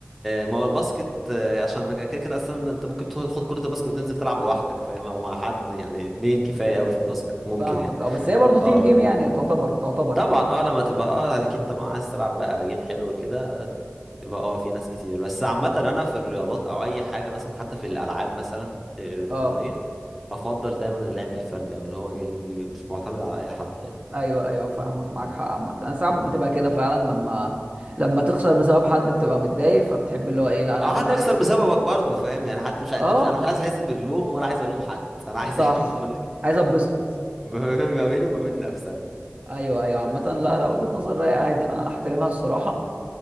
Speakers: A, in the centre; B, on the right.
A: ما هو الباسكت آه، عشان كده كده اصلا انت ممكن تاخد كره الباسكت وتنزل تلعب لوحدك فاهم او مع حد يعني اتنين كفايه قوي في الباسكت ممكن
B: فاهمك
A: يعني
B: اه بس هي برضه تيم
A: اه
B: جيم يعني تعتبر تعتبر
A: طبعا
B: يعني
A: اه لما تبقى اه اكيد طبعا عايز تلعب بقى جيم حلو كده يبقى اه في ناس كتير بس عامه انا في الرياضات او اي حاجه مثلا حتى في الالعاب مثلا الالكترونيه
B: اه
A: افضل دايما اللعب الفردي او اللي هو غير مش معتمد على اي حد
B: ايوه ايوه فاهمك معاك
A: يعني
B: حق عامه انا ساعات بتبقى
A: اه
B: كده فعلا لما لما تخسر بسبب حد بتبقى متضايق فبتحب اللي هو ايه لا انا
A: او
B: هعتمد
A: حد
B: على
A: يخسر
B: نفسي
A: بسببك برضه فاهم يعني حد مش ع-
B: اه
A: انت مش انا مش عايز احس باللوم ولا عايز الوم حد انا عايز
B: صح
A: يا عم بقول لك
B: عايز اتبسط
A: <laughs> ما بيني وما بين نفسنا
B: ايوه ايوه عامه
A: آه،
B: لا لا وجهه نظر رايقه عادي انا احترمها الصراحه